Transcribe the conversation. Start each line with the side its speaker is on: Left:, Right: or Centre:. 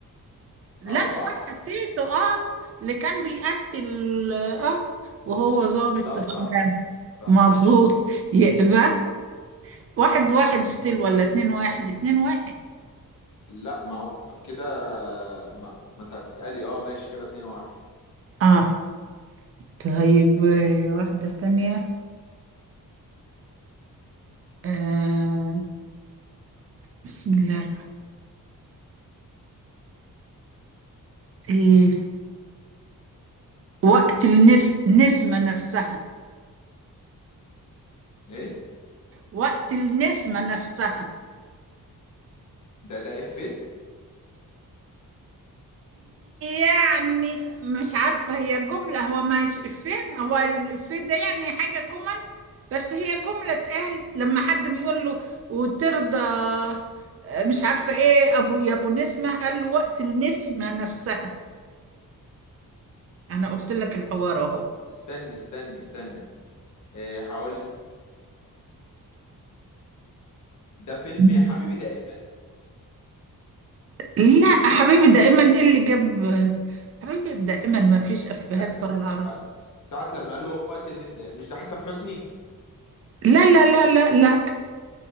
Right: لا
Left: اه صح
Right: صح تيتو اه اللي كان بيقتل اه وهو ظابط
Left: لا
Right: تمام
Left: صح صح
Right: مظبوط يبقى واحد واحد ستيل ولا اتنين واحد اتنين واحد
Left: لا ما هو كده ما, ما انت هتسألي اه ماشي كده اتنين واحد
Right: اه طيب آه، واحدة تانية آه بسم الله إيه وقت النس... النسمة نفسها
Left: ايه
Right: وقت النسمة نفسها
Left: ده ده افيه
Right: يعني مش عارفة هي جملة هو مش إفيه هو الإفيه ده يعني حاجة كومن بس هي جملة اتقالت لما حد بيقول له وترضى آه، مش عارفة إيه أبو يا أبو نسمة قال له وقت النسمة نفسها أنا قلت لك الحوار أهو
Left: استني استني استني ايه هقول ده فيلم
Right: مم.
Left: يا حبيبي ده ايه
Right: لا حبيبي دائما ايه اللي جاب حبيبي دائما ما فيش افيهات
Left: استني
Right: طالعه
Left: اه، ساعة لما قال له وقت الن- اه، مش ده حسن حسني
Right: لا لا لا لا لا